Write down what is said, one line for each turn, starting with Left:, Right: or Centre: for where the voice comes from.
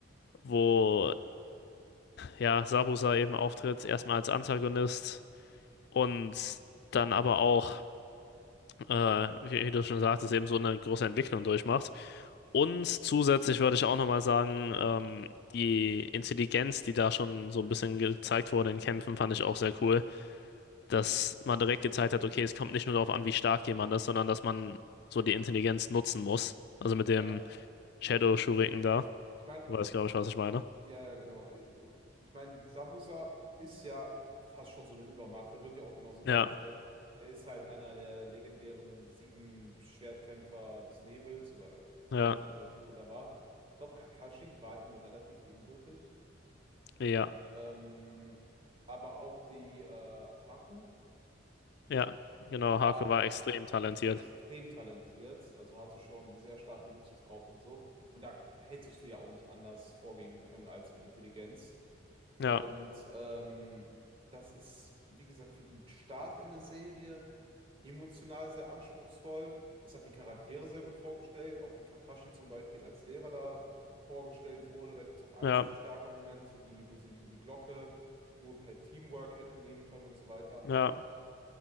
Left: wo ja Sabusa eben auftritt, erstmal als Antagonist und dann aber auch, äh, wie, wie du schon sagtest, eben so eine große Entwicklung durchmacht. Und zusätzlich würde ich auch nochmal sagen, ähm, die Intelligenz, die da schon so ein bisschen gezeigt wurde in Kämpfen, fand ich auch sehr cool. dass man direkt gezeigt hat, okay, es kommt nicht nur darauf an, wie stark jemand ist, sondern dass man so die Intelligenz nutzen muss. Also mit dem
Right: Ja,
Left: Shadow Shuriken da,
Right: ich meine,
Left: weiß glaube ich, was ich meine.
Right: ja, ja, genau. Äh, Ich meine, Zabuza ist ja fast schon so eine Übermacht. Er wird ja auch genauso dargestellt.
Left: Ja,
Right: Er ist halt einer der legendären sieben Schwertkämpfer des Nebels oder
Left: ja,
Right: wie genau der Titel da war. Ich glaube, Kakashi war ihm relativ ebenbürtig.
Left: ja,
Right: Ähm, aber auch die äh, Haku
Left: ja, genau,
Right: war
Left: Haku war extrem talentiert.
Right: extrem talentiert, also hatte schon sehr starke Jutsus drauf und so. Und da hättest du ja auch nicht anders vorgehen können als mit Intelligenz.
Left: Ja,
Right: Und ähm, das ist, wie gesagt, für den Start in eine Serie emotional sehr anspruchsvoll. Es hat die Charaktere sehr gut vorgestellt, auch wie Kakashi zum Beispiel als Lehrer da vorgestellt wurde. Da gibt es auch einzelne
Left: ja,
Right: starke Momente, wie wo sie ihm die Glocke nur per Teamwork hätten nehmen können und so weiter.
Left: ja,